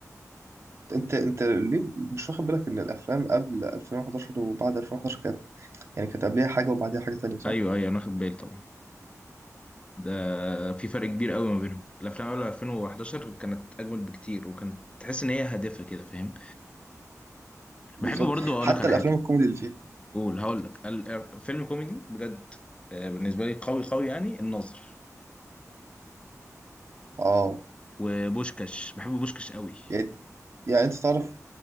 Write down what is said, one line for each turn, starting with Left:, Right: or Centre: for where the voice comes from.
Right: انت انت ليه مش واخد بالك ان الافلام قبل 2011 وبعد 2011 كانت يعني كانت قبليها حاجة وبعديها حاجة تانية صح
Left: ايوه ايوه انا واخد بالي طبعا ده في فرق كبير قوي ما بينهم الافلام قبل 2011 كانت اجمد بكتير وكانت تحس ان هي هادفه كده فاهم
Right: بالظبط
Left: بحب برضو اقول
Right: حتى
Left: لك على
Right: الافلام
Left: حاجه
Right: الكوميدي اللي فيها
Left: قول هقول لك ال- فيلم كوميدي بجد آه، بالنسبه لي قوي قوي يعني الناظر
Right: اه
Left: وبوشكاش بحب بوشكاش قوي
Right: يعني يعني انت تعرف